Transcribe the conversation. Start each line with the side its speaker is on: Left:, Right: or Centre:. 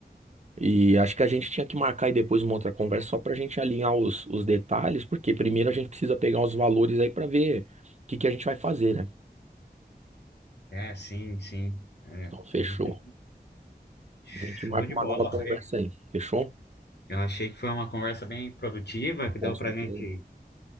Right: E acho que a gente tinha que marcar aí depois uma outra conversa só para a gente alinhar os, os detalhes, porque primeiro a gente precisa pegar os valores aí para ver o que que a gente vai fazer, né?
Left: É, sim, sim. É,
Right: Então, fechou.
Left: a gente tem- show
Right: A gente marca
Left: de
Right: uma
Left: bola,
Right: nova conversa
Left: foi.
Right: aí, fechou?
Left: Eu achei que foi uma conversa bem produtiva, que
Right: Com
Left: deu
Right: certeza.
Left: pra gente